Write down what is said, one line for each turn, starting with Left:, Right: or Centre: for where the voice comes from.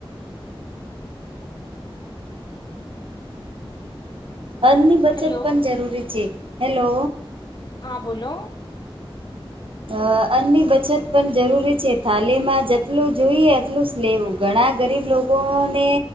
Right: અનની બચત
Left: હેલો
Right: પણ જરૂરી છે હેલો
Left: હા બોલો
Right: અ અન્ની બચત પણ જરૂરી છે થાલીમાં જેટલું જોઈએ એટલું જ લેવું ઘણા ગરીબ લોકોને